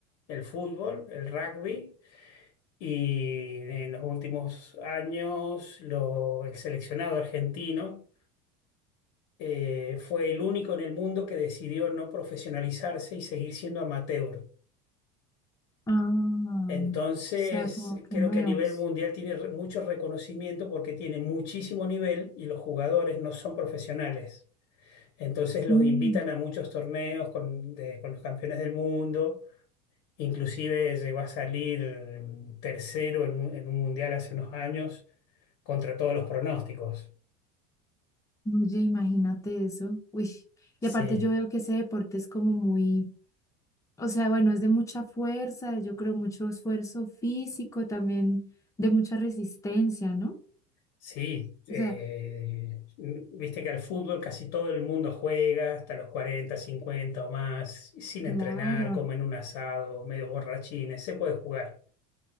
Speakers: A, on the left (about 70°); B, on the left (about 15°).
A: el fútbol, el rugby Y en los últimos años, lo- el seleccionado argentino eh, fue el único en el mundo que decidió no profesionalizarse y seguir siendo amateur.
B: Ah,
A: Entonces,
B: o sea, como que
A: creo
B: nuevos.
A: que a nivel mundial tiene re- mucho reconocimiento porque tiene muchísimo nivel y los jugadores no son profesionales. Entonces los
B: Mm,
A: invitan a muchos torneos con, de- con los campeones del mundo Inclusive llegó a salir mm, tercero en un, en un mundial hace unos años contra todos los pronósticos.
B: oye, imagínate eso. Uy.
A: Sí,
B: Y aparte yo veo que ese deporte es como muy, o sea, bueno, es de mucha fuerza, yo creo mucho esfuerzo físico, también de mucha resistencia, ¿no?
A: sí. eh,
B: O sea,
A: mm, viste que al fútbol casi todo el mundo juega hasta los 40 50 o más, sin
B: claro.
A: entrenar, comen un asado, medio borrachines, se puede jugar.